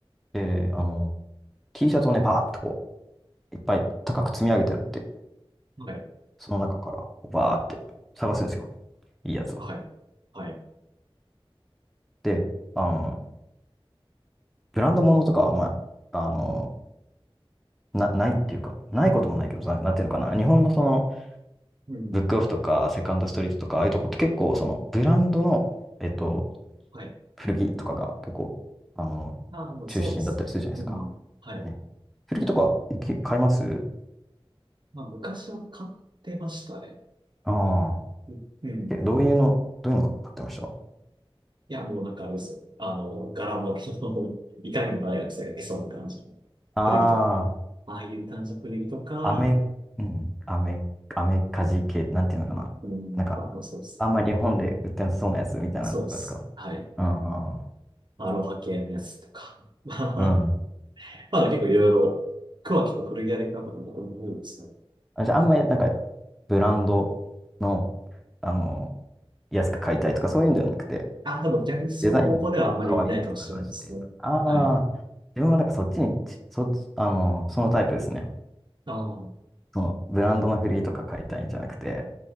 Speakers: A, in the centre; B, on the right (about 50°).
A: で、あの、T シャツをね、バーっとこう、いっぱい高く積み上げてあって、
B: はい。
A: その中からこうバーって探すんですよ。いいやつを。
B: はい。はい。
A: で、あの、ブランド物とかは、まあ、あの、な、ないっていうか、ないこともないけど、な、なんていうのかな、日本のその、
B: うん。
A: ブックオフとか、セカンドストリートとか、ああいうとこって結構、その、ブランドの、えっと、
B: はい。
A: 古着とかが結構、あの、
B: ああ、
A: 中心だったりするじゃないですか。
B: そうです。うん。はい。
A: ね。古着とか行き、買います
B: まあ、昔は買ってましたね。
A: ああ
B: うん。うん
A: ー。え、どういうの、どういうの買ってました
B: いや、もうなんかあれですよ。あの、柄も、<laughs> いかにも大学生が着そうな感じの古着とか。
A: あ
B: ああいう感じの古着とか、
A: あ、アメ、うん、アメ、アメカジ系、なんていうのかな。
B: うん、
A: なんか、
B: まあ、まあそうですね。
A: あんま日本で売ってなさそうなやつみたいなのとかですか
B: そうです。はい。
A: うん
B: アロハ系のやつとか。<laughs> まあ、
A: うん。うん
B: まあ結構いろいろ、桑木と古着屋で買うことも僕も多いですね。
A: あ、じゃあ、あんまりなんか、ブランドの、あの、安く買いたいとかそういうんではなくて、
B: あ、でも逆にそういう方向ではあんまりないかもしれないですね。
A: デザイン可愛いの探してと。ああ、
B: はい。
A: 自分はなんかそっちにち、そっち、あの、そのタイプですね。
B: ああ、
A: そのブランドのフリーとか買いたいんじゃなくて、